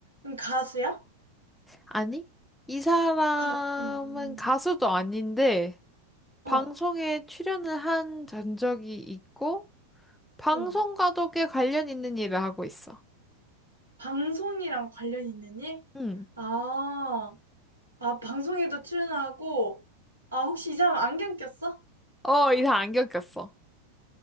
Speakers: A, on the right; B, in the centre.
A: 음, 가수야?
B: 아니, 이 사람은
A: 가, 음,
B: 가수도 아닌데
A: 어,
B: 방송에 출연을 한 전적이 있고 방송과도
A: 어.
B: 꽤 관련 있는 일을 하고 있어.
A: 방송이랑 관련 있는 일?
B: 응.
A: 아, 아, 방송에도 출연하고, 아, 혹시 이 사람 안경 꼈어?
B: 어, 이 사람 안 겪었어.